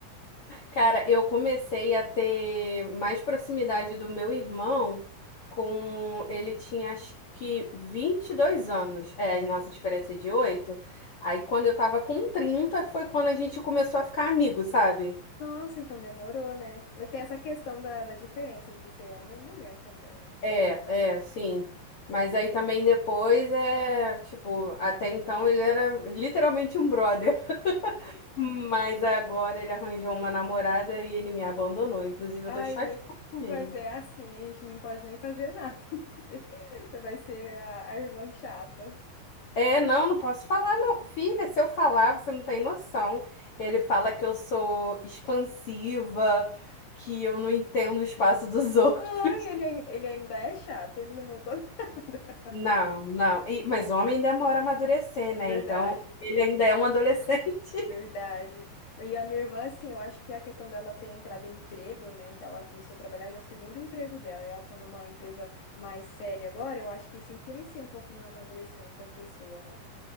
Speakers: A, on the left (about 85°); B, on the left (about 50°).
A: Cara, eu comecei a ter mais proximidade do meu irmão com ele tinha acho que 22 anos. É, a nossa diferença é de 8. Aí quando eu tava com 30 foi quando a gente começou a ficar amigo, sabe?
B: Nossa, então demorou, né? Mas tem essa questão da, da diferença de ser homem e mulher também, né?
A: É, é, sim. Mas aí também depois é, tipo, até então ele era literalmente um brother. <laughs> Mas agora ele arranjou uma namorada e ele me abandonou. Inclusive,
B: Ai,
A: eu tô chateada
B: mas,
A: com
B: mas
A: ele.
B: é assim, a gente não pode nem fazer nada, <laughs> porque vai ser a, a irmã chata.
A: É, não, não posso falar, não. Filha, se eu falar, você não tem noção. Ele fala que eu sou expansiva, que eu não entendo o espaço dos <laughs> outros.
B: Ai, ele, ai- ele ainda é chato, ele não mudou <laughs> nada.
A: Não, não. E- mas homem demora a amadurecer, né?
B: Verdade,
A: Então, ele ainda é um adolescente.
B: verdade. E a minha irmã, assim, eu acho que a questão dela ter entrado em emprego, né, que ela começou a trabalhar já é o segundo emprego dela, e ela tá numa empresa mais séria agora, eu acho que isso influencia um pouco no amadurecimento da pessoa, né?